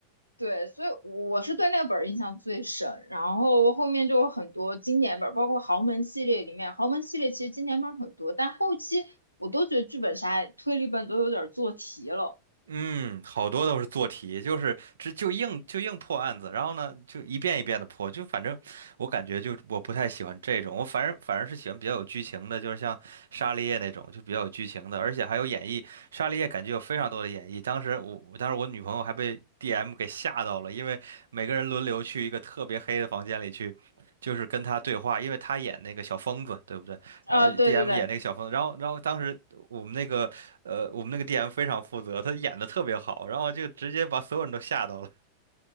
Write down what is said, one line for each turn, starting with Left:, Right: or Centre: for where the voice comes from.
Left: 对，所以我是对那个本儿印象最深，然后后面就有很多经典本儿，包括豪门系列里面，豪门系列其实经典本儿很多，但后期我都觉得剧本杀、推理本都有点做题了。
Right: 嗯，好多都是做题，就是这就硬就硬破案子，然后呢就一遍一遍的破，就反正我感觉就是我不太喜欢这种，我反正反而是喜欢比较有剧情的，就是像《沙利叶》那种就比较有剧情的，而且还有演绎。《沙利叶》感觉有非常多的演绎，当时我我当时我女朋友还被 DM 给吓到了，因为每个人轮流去一个特别黑的房间里去，就是跟他对话，因为他演那个小疯子，对不对？然后
Left: 啊、对对对，
Right: DM 演那个小疯子，然后然后当时我们那个呃我们那个 DM 非常负责，他演的特别好，然后就直接把所有人都吓到了。